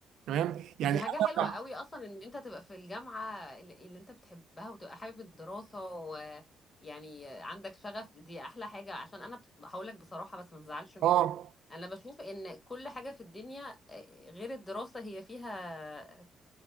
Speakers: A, on the right; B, on the left.
A: تمام يعني
B: دي حاجة حلوة
A: انا
B: قوي أصلا إن أنت تبقى في الجامعة اللي اللي أنت بتحبها وتبقى حابب الدراسة ويعني عندك شغف دي أحلى حاجة عشان أنا بس- هقولك بصراحة بس ما تزعلش مني
A: اه
B: أنا بشوف إن كل حاجة في الدنيا آه، غير الدراسة هي فيها